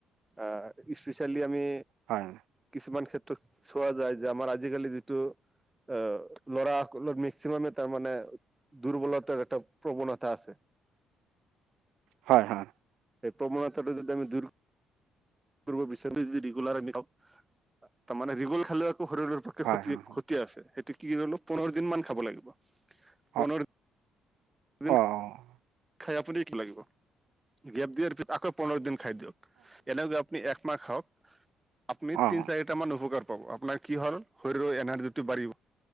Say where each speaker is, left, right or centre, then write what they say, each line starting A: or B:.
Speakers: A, on the right (about 15°); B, on the right (about 80°).
A: আহ স্পেচিয়েলি আমি।
B: হয়
A: কিছুমান ক্ষেত্ৰত। চোৱা যায় যে আমাৰ আজিকালি যিটো অ ল'ৰা। সিমামে তাৰ মানে দুৰ্বলতাৰ এটা প্ৰৱণতা আছে।
B: হয় হয়।
A: এই প্ৰৱণতাটো যদি আমি দূৰ কৰিব বিচাৰো যদি ৰেগোলাৰ তাৰমানে ৰিগল খালে আকৌ শৰীৰৰ পক্ষেতি
B: হয় হয় হয়
A: ক্ষতি আছে সেইটো। কি হলো পোন্ধৰ দিন মান খাব লাগিব
B: অঁ
A: পোন্ধৰ
B: অঁ
A: দিন।
B: অঁ
A: খাই আপুনি কি লাগিব গ্ৰেপ দিয়াৰ পিছত আকৌ পোন্ধৰ দিন খাই দিয়ক এনেকে আপুনি এক। এক মা খওক আপুনি
B: অঁ
A: তিনি চাৰিটা মান উপকাৰ। আপোনাৰ কি হল শৰীৰ এনাৰ্জিটো বাঢ়িব